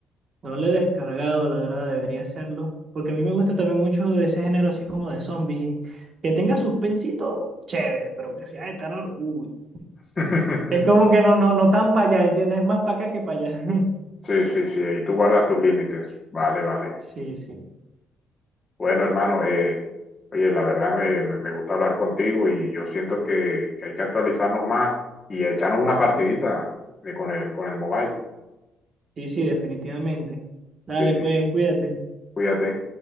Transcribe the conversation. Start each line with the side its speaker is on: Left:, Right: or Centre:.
Right: no lo he descargado, la verdad, debería hacerlo. Porque a mí me gusta también mucho de ese género así como de zombies. Que tenga suspensito, chévere, pero que sea de terror, uy.
Left: <laughs>
Right: Es como que no, no, no tan para allá, ¿entiendes? Es más para acá que para allá. <laughs>
Left: Sí, sí, sí, ahí tú guardas tus límites. Vale, vale.
Right: Sí, sí,
Left: Bueno, hermano, eh, oye, la verdad me, me, me gusta hablar contigo y yo siento que, que hay que actualizarnos más y echarnos una partidita de- con el, con el mobile.
Right: sí, sí, definitivamente. Dale,
Left: Sí, sí,
Right: pues, cuídate.
Left: cuídate.